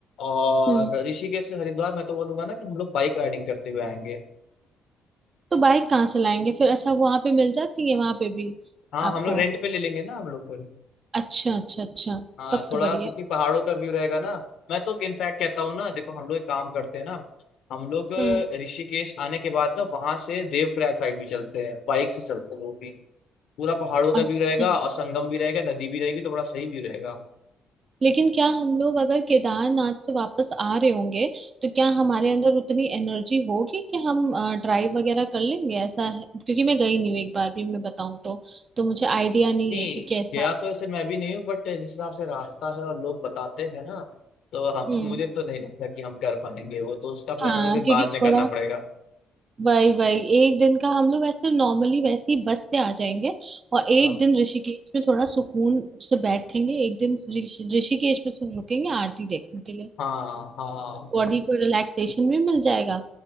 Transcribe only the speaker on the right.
हम्म
तो बाइक कहाँ से लाएंगे फिर अच्छा वहां पे मिल जाती है वहां पे भी
आपको
अच्छा अच्छा अच्छा
तब
तो बढ़िया
हम्म
अच्छा
लेकिन क्या हम लोग अगर केदारनाथ से वापस आ रहे होंगे तो क्या हमारे अंदर उतनी एनर्जी होगी कि हम ड्राइव वगैरह कर लेंगे ऐसा है क्योंकि मैं गई नहीं हूँ एक बार भी मैं बताऊँ तो तो मुझे आइडिया नहीं
है कि कैसा
हम्म
हाँ
क्योंकि
थोड़ा
वही वही एक दिन का हम लोग ऐसे नॉर्मली वैसे ही बस से आ जाएंगे और एक
दिन ऋषिकेश में थोड़ा सुकून से बैठेंगे एक दिन ऋषि- ऋषिकेश में सिर्फ रुकेंगे आरती देखने के लिए
बॉडी को रिलैक्सेशन भी मिल जाएगा